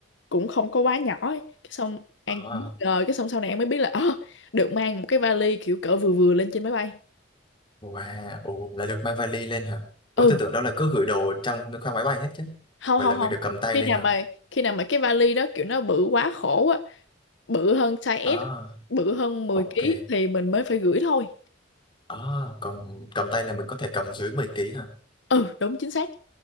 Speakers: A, on the left; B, on the left.
A: cũng không có quá nhỏ ấy. Cái xong anh
B: ờ
A: cũng bất ngờ cái xong sau này anh mới biết là ờ, được mang một cái vali kiểu cỡ vừa vừa lên trên máy bay
B: wow ồ là được mang vali lên hả ủa
A: ừ
B: tôi tưởng đó là cứ gửi đồ trong khoang máy bay hết chứ
A: không
B: vậy
A: không
B: là mình
A: không
B: được cầm tay
A: khi
B: lên
A: nào
B: hả
A: mà khi nào mà cái vali đó kiểu nó bự quá khổ á bự hơn size S
B: à
A: bự hơn 10
B: ok
A: ký thì mình mới phải gửi thôi
B: à còn cầm tay là mình có thể cầm dưới 10 ký hả
A: ừ đúng chính xác